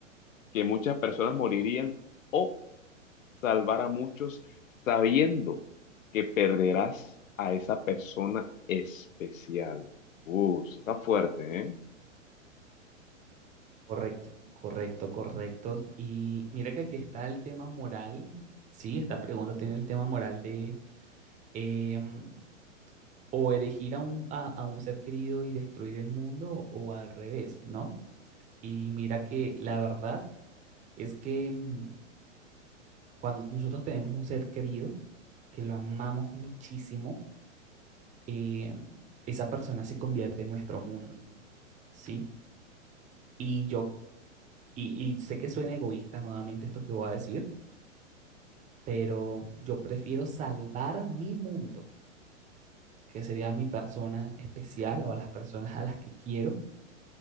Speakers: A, on the left; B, on the right.
A: que muchas personas morirían o salvar a muchos sabiendo que perderás a esa persona especial. Uh, eso está fuerte, ¿eh?
B: Correcto, correcto, correcto. Y mira que aquí está el tema moral. Sí, esta pregunta tiene el tema moral de em, o elegir a un, a a un ser querido y destruir el mundo o al revés, ¿no? Y mira que la verdad es que mm, cuando nosotros tenemos un ser querido, que lo amamos muchísimo, eh, esa persona se convierte en nuestro mundo, ¿sí? Y yo, y, y sé que suena egoísta nuevamente esto que voy a decir, pero yo prefiero salvar mi mundo, que sería mi persona especial o a las personas a las que quiero,